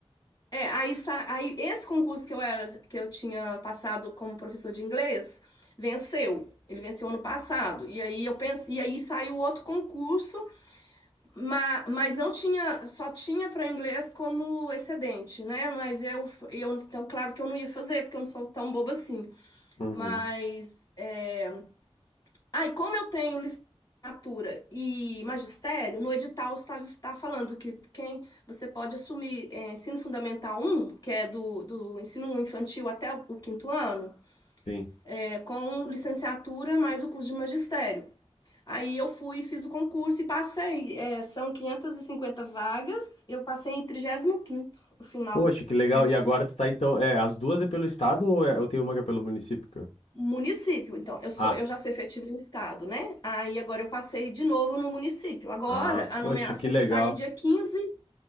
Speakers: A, on the left (about 45°); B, on the left (about 85°).
A: é, aí, sa- aí esse concurso que eu era, que eu tinha passado como professor de inglês, venceu. Ele venceu ano passado. E aí eu pensei, e aí saiu outro concurso, ma- mas, não tinha, só tinha para inglês como excedente, né? Mas eu, eu, então claro que eu não ia fazer, porque eu não sou tão boba assim.
B: Uhum.
A: Mas é, Aí, como eu tenho licenciatura e magistério, no edital está, está falando que quem você pode assumir é, ensino fundamental um, que é do, do ensino infantil até o quinto ano,
B: Sim.
A: é, com licenciatura mais o curso de magistério. Aí eu fui, e fiz o concurso e passei. É, são 550 vagas, eu passei em trigésimo quinto, o final,
B: Poxa, que legal.
A: número
B: E agora tu tá então. É, as duas é pelo estado ou é- eu tenho uma que é pelo município? que eu-
A: Município. Então, eu sou,
B: Ah,
A: eu já sou efetivo no estado, né? Aí agora eu passei de novo no município. Agora
B: ah,
A: a
B: poxa,
A: nomeação
B: que legal
A: vai sair dia quinze